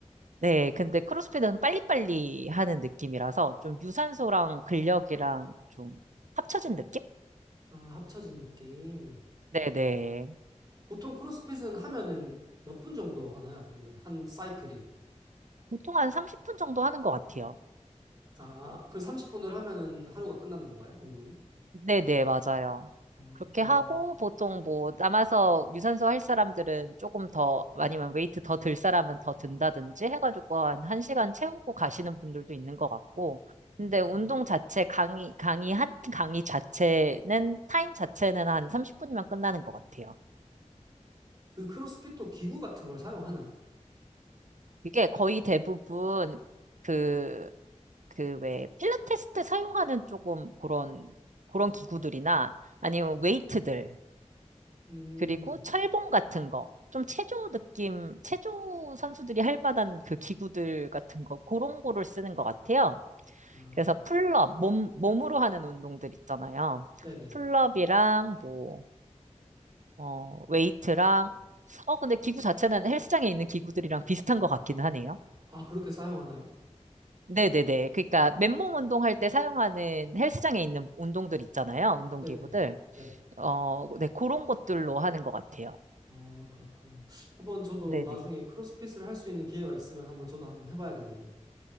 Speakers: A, on the right; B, on the right.
A: 네, 근데 크로스핏은 빨리빨리 하는 느낌이라서 좀 유산소랑 근력이랑 좀 합쳐진 느낌?
B: 아, 합쳐진 느낌.
A: 네네.
B: 보통 크로스핏은 하면은 몇 분 정도 하나요? 그러면 한 사이클이.
A: 보통 한 30분 정도 하는 것 같아요.
B: 아, 그 30분을 하면은 하루가 끝나는 건가요? 운동이?
A: 네네, 맞아요.
B: 아,
A: 그렇게
B: 와.
A: 하고 보통 뭐 남아서 유산소 할 사람들은 조금 더 아니면 웨이트 더 들 사람은 더 든다든지 해가지고 한 1시간 채우고 가시는 분들도 있는 것 같고 근데
B: 음.
A: 운동 자체 강의 강의 한 강의 자체는 타임 자체는 한 30분이면 끝나는 것 같아요.
B: 그 크로스핏도 기구 같은 걸 사용하나요?
A: 이게 거의 대부분 그, 그 왜 필라테스 때 사용하는 조금 그런, 그런 기구들이나 아니면
B: 네.
A: 웨이트들,
B: 음.
A: 그리고 철봉 같은 거, 좀 체조 느낌, 체조 선수들이 할 만한 그 기구들 같은 거, 그런 거를 쓰는 것 같아요.
B: 아,
A: 그래서 풀업, 몸, 몸으로 하는 운동들 있잖아요.
B: 네네.
A: 풀업이랑 뭐, 어, 웨이트랑, 어, 근데 기구 자체는 헬스장에 있는 기구들이랑 비슷한 것 같기는 하네요.
B: 아, 그렇게 사용하나요?
A: 네네네. 그러니까
B: 아,
A: 맨몸 운동할 때 사용하는 헬스장에 있는 운동들 있잖아요. 운동기구들.
B: 네네. 네.
A: 어, 네, 그런 것들로 하는 것 같아요.
B: 아, 그렇구나. 한번 저도
A: 네네.
B: 나중에 크로스핏을 할 수 있는 기회가 있으면 한번 저도 한번 해봐야겠네요.